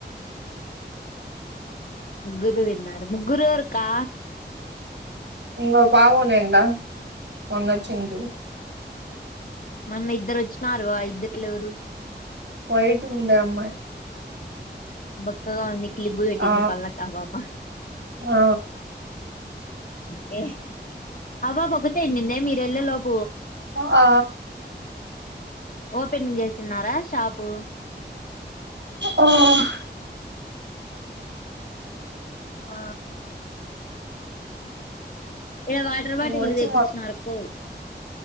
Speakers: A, on the left; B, on the right.
A: ముగ్గురు తిన్నారు ముగ్గురు ఎవరు అక్కా?
B: ఇంగ ఒక ఆమె ఉండే కదా మొన్న వచ్చింది చూడు
A: మొన్న ఇద్దరు వచ్చినారు ఇద్దట్ల ఎవరు?
B: వైట్ ఉంది ఆ అమ్మాయి
A: బక్కగా ఉంది క్లిప్ బెట్టింది
B: ఆ
A: పళ్ళకు ఆ పాప
B: ఆ
A: హే ఆ పాప ఒకతే ఎల్లింద మీరు వెళ్ళ లోపు నా
B: ఆ అ
A: ఓపెనింగ్ చేస్తున్నారా? షాపు
B: ఉమ్
A: ఆ ఇగ వాటర్ బాటిల్
B: వచ్చి
A: తెప్పించిన రక్కో